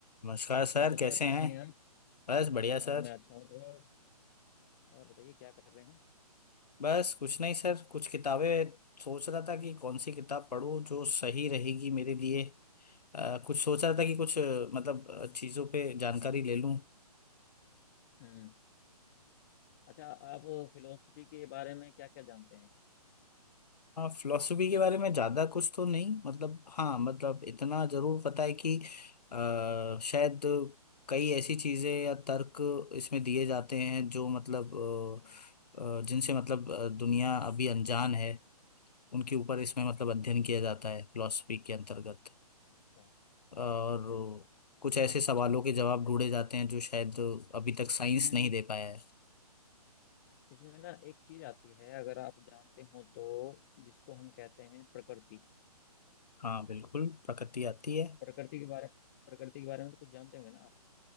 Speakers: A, on the left; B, on the left.
A: नमस्कार सर
B: Hello sir
A: कैसे
B: कैसे
A: हैं
B: हैं आप
A: बस बढ़िया
B: हाँ
A: सर
B: मैं अच्छा हूँ सर और बताइए क्या कर रहे हैं
A: बस कुछ नहीं सर कुछ किताबें सोच रहा था कि कौन सी किताब पढूं जो सही रहेगी मेरे लिए अ, कुछ सोच रहा था कि कुछ अ, मतलब
B: हम्म
A: अ, चीज़ों पे जानकारी ले लूं
B: हम्म, अच्छा आप फिलोसफी के बारे में क्या क्या जानते हैं
A: फिलोसफी के बारे में ज़्यादा कुछ तो नहीं मतलब हाँ मतलब इतना ज़रूर पता है कि अ, शायद कई ऐसी चीज़ें या तर्क इसमें दिए जाते हैं जो मतलब
B: हम्म,
A: अ, अ, जिनसे मतलब अ, दुनिया अभी अनजान है उनके ऊपर इसमें मतलब अध्ययन किया जाता है फिलॉसफी के अंतर्गत
B: अच्छा
A: और
B: ठीक है
A: कुछ ऐसे सवालों के जवाब
B: अच्छा
A: ढूंढे जाते हैं जो शायद अभी तक
B: इसमें
A: साइंस नहीं दे पाया है
B: इसमें ना एक चीज आती है अगर आप जानते हो तो जिसको हम कहते हैं प्रकृति
A: हाँ बिल्कुल प्रकृति आती है
B: प्रकृति के बारे प्रकृति के बारे में तो कुछ जानते होंगे ना आप